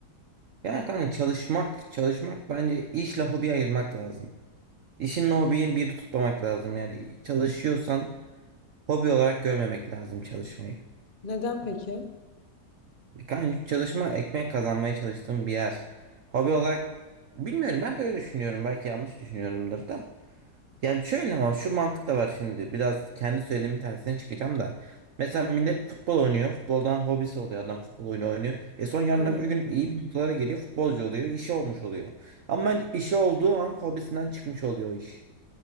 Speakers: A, on the right; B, on the left.
A: Yani kanka çalışmak, çalışmak bence işle hobi ayırmak lazım. İşinle hobiyi bir tutmamak lazım. Yani çalışıyorsan hobi olarak görmemek lazım çalışmayı.
B: Neden peki?
A: E, Kanka çalışma ekmek kazanmaya çalıştığım bir yer. Hobi olarak bilmiyorum ben böyle düşünüyorum. Belki yanlış düşünüyorumdur da. Yani şöyle ama şu mantık da var şimdi. Biraz kendi söylemin tersine çıkacağım da. Mesela millet futbol oynuyor. Futboldan hobisi oluyor. Adam futbol oyunu oynuyor. E son yarın
B: Evet.
A: öbür gün iyi bir noktalara geliyor. Futbolcu oluyor. işi olmuş oluyor. Ama işi olduğu an hobisinden çıkmış oluyor o iş.